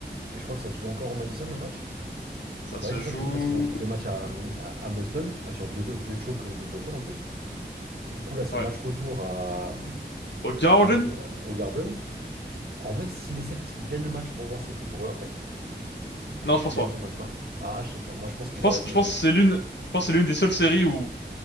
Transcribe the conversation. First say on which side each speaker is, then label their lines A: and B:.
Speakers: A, on the right; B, on the left.
A: Et je crois que ça se joue encore au Madison le match.
B: Ça
A: Ouais,
B: se
A: c'est
B: joue,
A: ça, du coup, parce qu'ils ont pris deux matchs à, à- à Boston, à- sur deux, deux chokes de Boston en plus. Du coup, là, c'est
B: ouais.
A: match retour à,
B: Au Garden?
A: au, Madi- euh, au Garden. En vrai, si les Celtics gagnent le match, pour moi, c'est free pour eux après. Faut
B: Non, je
A: qu'ils
B: pense
A: gagnent
B: pas.
A: ce match-là. Ah, je sais pas. Moi, je pense qu'ils
B: Je pense,
A: auraient,
B: je
A: ils
B: pense
A: ont.
B: que c'est l'une, je pense que c'est l'une des seules séries où,